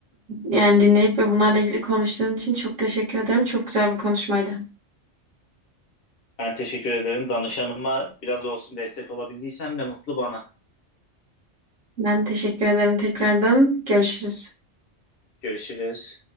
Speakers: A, on the right; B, on the left.
A: yani dinleyip ve bunlarla ilgili konuştuğun için çok teşekkür ederim. Çok güzel bir konuşmaydı.
B: Ben teşekkür ederim. Danışanıma biraz olsun destek olabildiysem ne mutlu bana.
A: Ben teşekkür ederim tekrardan. Görüşürüz.
B: Görüşürüz.